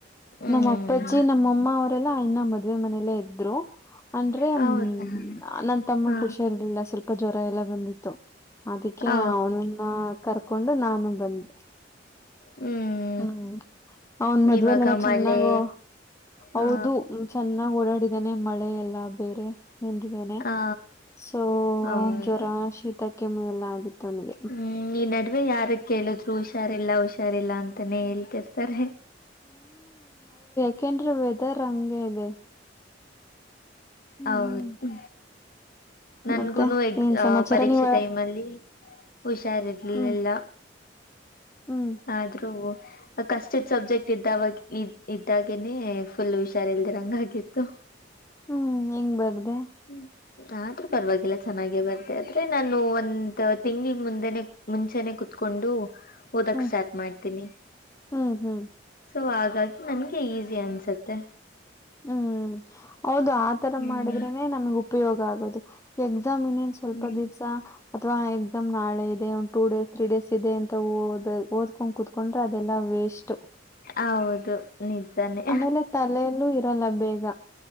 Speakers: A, on the left (about 50°); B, on the left (about 15°).
A: ಹ್ಮ್
B: ನಮ್ಮ ಅಪ್ಪಜ್ಜಿ ನಮ್ಮಮ್ಮ ಅವರೆಲ್ಲಾ ಇನ್ನ ಮದ್ವೆ ಮನೆಯಲ್ಲೇ ಇದ್ರು ಅಂದ್ರೆ ಹ್ಮ್
A: ಹೌದಾ
B: ನನ್ ತಮ್ಮ
A: ಹಾ
B: ಹುಷಾರರ್ಲಿಲ್ಲ ಸ್ವಲ್ಪ ಅಪ್ಪ ಜ್ವರ ಎಲ್ಲ ಬಂದಿತ್ತು ಅದಕ್ಕೆ
A: ಹ
B: ಅವನನ್ನ ಕರ್ಕೊಂಡು ನಾನು ಬಂದೆ
A: ಹ್ಮ್
B: ಹ್ಮ್ ಅವನ್ ಮದ್ವೆಲ್ಲಲ್ಲ
A: ಇವಾಗ ಮಳೆ
B: ಚೆನ್ನಾಗು
A: ಹಾ
B: ಹೌದು ಚೆನ್ನಾಗ್ ಓಡಾಡಿದ್ದಾನನೆ ಮಳೆ ಎಲ್ಲ ಬೇರೆ ಎಂದಿದ್ದನನೆ
A: ಹಾ
B: ಸೊ
A: ಹೌದು
B: ಜ್ವರ ಶೀತ ಕೆಮ್ಮ ಎಲ್ಲ ಆಗಿತ್ತು ಅವನಿಗೆ
A: ಹ್ಮ್ ಈ ನಡುವೆ ಯಾರಕ್ ಕೇಳಿದ್ರು ಹುಷಾರಿಲ್ಲ ಹುಷಾರಿಲ್ಲಾ ಅಂತಾನೇ ಹೇಳ್ತಿರ್ತಾರೆ
B: ಯಾಕೇನ್ ವೆದರ್ ಹಂಗ ಇದೆ ಹ್ಮ್
A: ಹೌದು ನನ್ಗುನು
B: ಮತ್ತೆ
A: ಎ
B: ಏನ್ ಸಮಾಚಾರ
A: ಪರೀಕ್ಷೆ
B: ನೀವ
A: ಟೈಮ್ ಅಲ್ಲಿ ಹುಷಾರಟ್ಟಿಲ್ಲ
B: ಹ್ಮ್
A: ಎಲ್ಲ
B: ಹ್ಮ್
A: ಆದ್ರೂ ಕಷ್ಟತ್ ಸಬ್ಜೆಕ್ಟ್ ಇದ್ದಾಗ ಇದ ಇದ್ದಾಗನನೆ ಫುಲ್ ಹುಷಾರಲ್ದಿರಂಗಗಿತ್ತು
B: ಹ್ಮ್ ಹೆಂಗ್ ಬಾರದೇ
A: ಹ್ಮ್ ಆದ್ರೂ ಪರವಾಗಿಲ್ಲ ಚೆನ್ನಾಗೆ ಬಾರದೇ ಆದ್ರೆ ನಾನು ಒಂದ ತಿಂಗಳ ಮುಂದೆನೆ ಮುಂಚೆನೆ ಕುೂತ್ಕೊಂಡ ಕೊಂಡು ಓದಕ್
B: ಹ್ಮ್
A: ಸ್ಟಾರ್ಟ್ ಮಾಡ್ತೀನಿ
B: ಹ್ಮ್ ಹ್ಮ್
A: ಸೊ ಹಾಗಾಗಿ ನನ್ಗೆ ಈಸಿ ಅನ್ಸತ್ತೆ
B: ಹ್ಮ್ ಹೌದು ಆತರ
A: ಹ್ಮ್
B: ಮಾಡಿದ್ರನೆ ನಮಗ್ ಉಪಯೋಗ ಆಗೋದು ಎ ಎಸಾಮ್ ಇನ್ನೇನ್ ಸ್ವಲ್ಪ
A: ಹ್ಮ್
B: ದಿವಸ ಅಥವಾ ಎಕ್ಸಾಮ್ ನಾಳೆ ಇದೆ ಉಂಟಾ ಟೂ ಡೇಸ್ ತ್ರೀ ಡೇಸ್ ಇದೆ ಅಂತ ಓದ್ಕೊಂಡ್ ಕುೂತ್ಕೊಂಡ್ರೆ ಅದೆಲ್ಲ ವೇಸ್ಟ್
A: ಹೌದು ನಿಜಾನೇ
B: ಆಮೇಲೆ ತಲೆಯಲ್ಲೂ ಇರಲ್ಲ ಬೇಗ